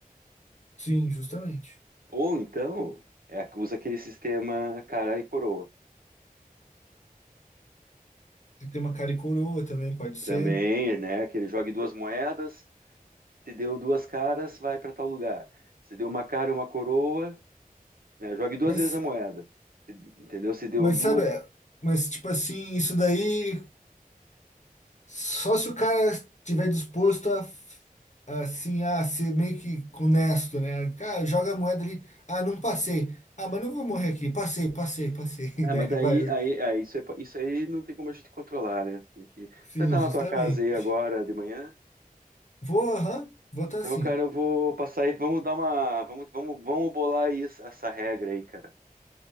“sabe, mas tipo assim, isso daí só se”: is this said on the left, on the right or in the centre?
Left